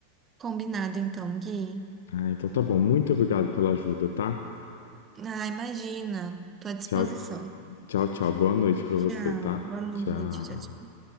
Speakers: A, on the right; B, on the left.
A: Combinado então, Gui.
B: Ah, então tá bom. Muito obrigado pela ajuda, tá?
A: Ah, imagina. Tô à disposição.
B: Tchau, tchau, tchau. Boa noite para
A: Tchau.
B: você, tá?
A: Boa noite.
B: Tchau.
A: Tchau, tchau.